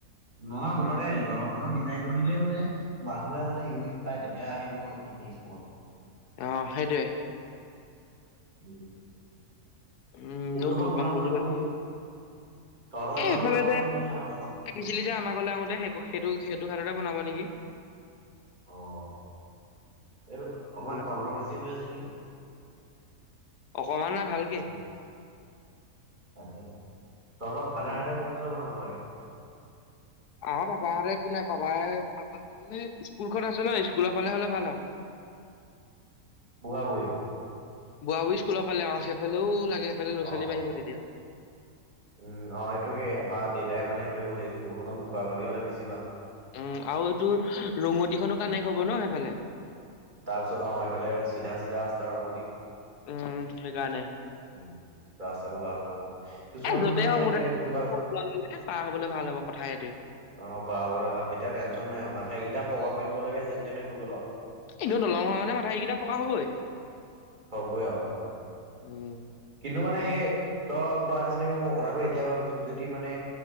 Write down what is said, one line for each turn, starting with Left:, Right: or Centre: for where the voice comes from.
Right: নহয় মুঠতে
Left: উম
Right: দলংখননৰ দি টো দিলে মানে মানুহে যাতে ইউনিট পায় তেতিয়া আহিব নহয় পিকনিক স্পত।
Left: অ, সেইটোৱে।
Right: উম,
Left: উম,
Right: কোনডোখৰত
Left: এঠও
Right: বনাব
Left: প বল
Right: জানো
Left: ক
Right: এই তহঁতৰ এডোখৰত
Left: এ সফালে
Right: বনাব নে নে আমাৰ দখৰ
Left: যেিছিলি যে আমাক ঘলে আহোতে সেই সেইটো - সেইটো হাততে বনাব নেকি।
Right: অ', এইটো অকমান
Left: বনাব
Right: কন্ট্ৰভাৰ্চি হৈ আছে নেকি?
Left: অকমানে ভালকে
Right: উম। <unintelligible> তহঁতৰ ফাডাৰ
Left: উম
Right: হতে কোনফালে বনাব লাগে?
Left: আমাৰ পাপাহতৰ একো নাই, পাপাই পাপাহতৰ মানে স্কুলখন আছে ন স্কুলৰ ফালে হলে ভাল আৰু। <inaudible>
Right: <unintelligible>
Left: বোৱা বুই স্কুলৰ ফালে অ সেইফালেও লাগে সেইফালে লৰা
Right: অ।
Left: ছোৱালী বাঢ়িব তেতিয়া।
Right: উম অ', সেইটোকেই আমাৰ দেউতাই মানে সেইটোয়ে কৈছে স্কুলখনৰ মুখৰ আগেদি হ'লে বেছি ভাল।
Left: উম আৰু এইটোৰ ৰঙতিখনো কানেক্ত হব ন সেইফালে।
Right: তাৰপিছত অহ সেইফালে চিধা চিধা ৰাস্তা ৰঙ দি-
Left: উম, সেইকাৰণে
Right: উম, ৰাস্তাটো ভাল হ'ব অ কিছুমান
Left: এ য'তে
Right: মানে
Left: হওক
Right: ইহতে কোনোবা
Left: মুঠতে পাৰ হ'বলে ভাল হ'ব কথা সেইটোৱে
Right: অ' পাবলে ভাল তেতিয়া টেনচন নাই মাথাাই কেইটা পকা কৰি দিব লাগে যেন তেনে হৈ গ'ল
Left: একদম দলং হোৱা মানে মাথা এইকেইটা পকা হ'বই
Right: হবই আহো
Left: উম।
Right: কিন্তু মানে সেই তই কোৱা নিচিনাকে মই কথাটো এতিয়া ভাবিছো যদি মানে